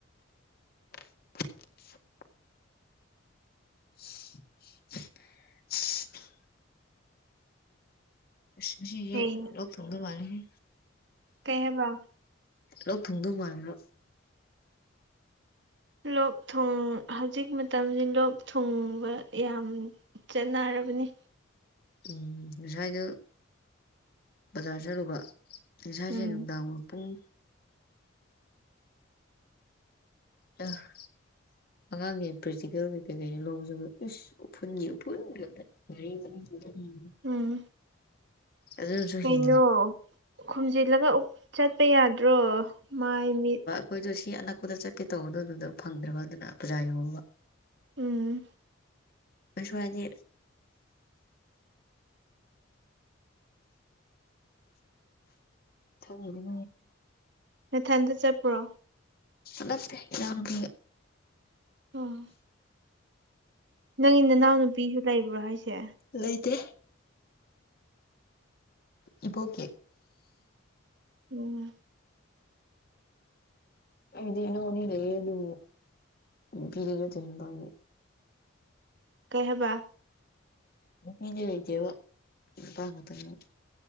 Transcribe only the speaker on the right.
ꯀꯩ
ꯀꯩꯍꯥꯏꯕ
ꯂꯣꯛ ꯊꯨꯡ ꯍꯧꯖꯤꯛ ꯃꯇꯝꯁꯤ ꯂꯣꯛ ꯊꯨꯡꯕ ꯌꯥꯝꯃꯤ ꯆꯠꯅꯔꯕꯅꯤ
ꯎꯝ
ꯎꯝ
ꯀꯩꯅꯣ
ꯈꯨꯝꯖꯤꯜꯂꯒ ꯆꯠꯄ ꯌꯥꯗ꯭ꯔꯣ ꯃꯥꯏ ꯃꯤꯠ
ꯎꯝ
ꯅꯊꯟꯗ ꯆꯠꯄ꯭ꯔꯣ
ꯑꫭ ꯅꯪꯒꯤ ꯅꯅꯥꯎ ꯅꯨꯄꯤꯒ ꯂꯩꯕ꯭ꯔꯣ ꯍꯥꯏꯁꯦ
ꯎꯝ
ꯀꯩꯍꯥꯏꯕ